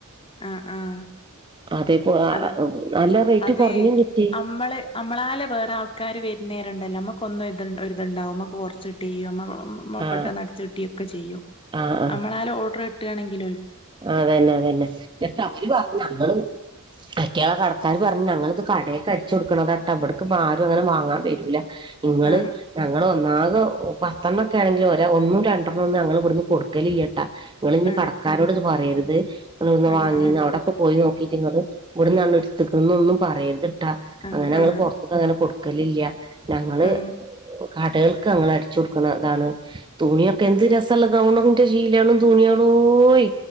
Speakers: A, on the left; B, on the right.
A: ആ ആ-
B: അതേപോ
A: അത്
B: നല്ല റേറ്റ്
A: അതെ
B: കുറഞ്ഞും കിട്ടി
A: അമ്മള് അമ്മളാ ലെ വേറെ ആൾക്കാര് വരുന്ന നേരെംണ്ടല്ലോ നമ്മുക്ക് ഒന്നും ഇ ഇതുണ്ടാവും നമുക്ക് കുറച്ചിട്ടി
B: ആ
A: പെട്ടന്ന് അടിച്ചിട്ടി ന്നൊക്കെ ചെയ്യുംനമ്മളലെഓർഡർ
B: ആഹ് ആഹ്
A: കിട്ടാണെങ്കിൽ
B: അതന്നെ അതന്നെ അവര് പറഞ്ഞും ഞങ്ങള് അറ്റാളകട ആയാൾപറഞ്ഞ്ഞങ്ങള്ത് ക ടെക്ക്അടിച്ചേട്കൊടുക്കണതാട്ടോ ഇവ്ടുക്ക് പാ മാ വാങ്ങൻ വരൂലനിങ്ങൾ
A: ആഹ്
B: ഞങ്ങളെ വ ആകെ പത്തെണ്ണം ഒക്കെ ആണെങ്കിൽ ഒന്നും രണ്ടെണ്ണം ഒന്ന് ഞങ്ങൾ ഇവിടുന്ന് കൊടുക്കല്ട്ടാ നിങ്ങള് ഇഞ്കടക്കാരോട്
A: ആഹ്
B: ഇത് പറേ ര്ത് ന്ന്
A: ആഹ്
B: വാങ്ങീ
A: ആഹ്
B: അവിടെക്കെ പോയി നോക്കിട്ട് നിങ്ങ ഇവിടന്നാണ് എടുത്ത്ക്കന്ന് ഒന്നും പറയത് ട്ടേ ട്ടോഅങ്ങനെ
A: ആഹ്
B: ഞങ്ങൾ
A: ആഹ്
B: പെറത്ക് അങ്ങനെ കൊടുക്കലില്ല ഞങ്ങള്
A: ഉം
B: കടെൾക്ക് ഞങ്ങള അതാണ് തുണിയൊക്കെ എന്ത് രസമുള്ള ഗൗണിന്റെ ശീലയാണും തുണിയ ളേ ഓയി